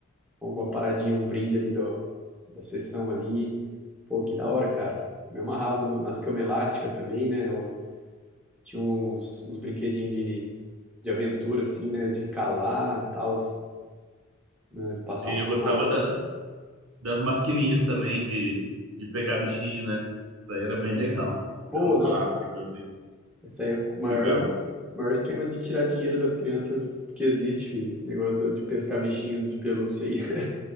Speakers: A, in the centre; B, on the right (about 65°).
A: alguma paradinha, um brinde ali do, da sessão ali. Pô, que da hora, cara. Me amarrava no- nas camas elásticas também, né? Eu tinha uns, uns brinquedinhos de, de aventura, assim, né? De escalar, tal, né? Passar
B: Sim,
A: uns
B: eu
A: tobogã.
B: gostava da, das maquininhas também de, de pegar bichinho, né? Isso aí era bem legal.
A: Pô,
B: Era um
A: nossa,
B: clássico, assim.
A: esse aí é o maior,
B: Ficava. <laughs>
A: maior esquema de tirar dinheiro das crianças que existe, filho. Esse negócio do- de pescar bichinho de pelúcia aí, <laughs>